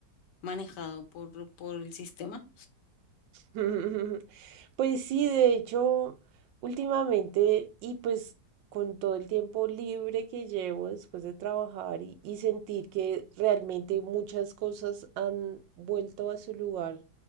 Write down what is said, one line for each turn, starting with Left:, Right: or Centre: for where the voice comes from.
Left: manejado por, por el sistema
Right: <laughs> Pues sí, de hecho, últimamente y pues con todo el tiempo libre que llevo después de trabajar y, y sentir que realmente muchas cosas han vuelto a su lugar